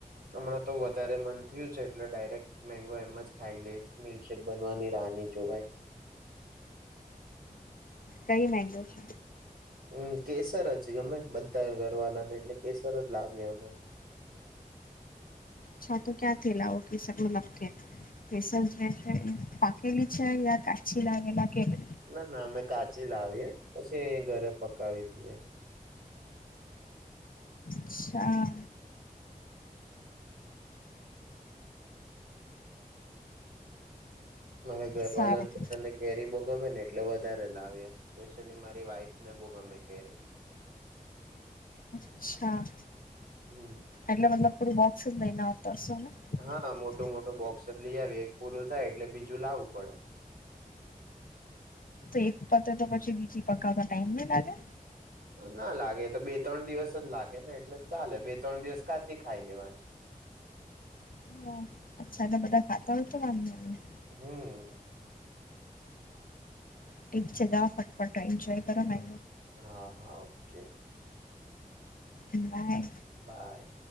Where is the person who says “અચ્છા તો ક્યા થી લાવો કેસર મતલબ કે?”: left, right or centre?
Left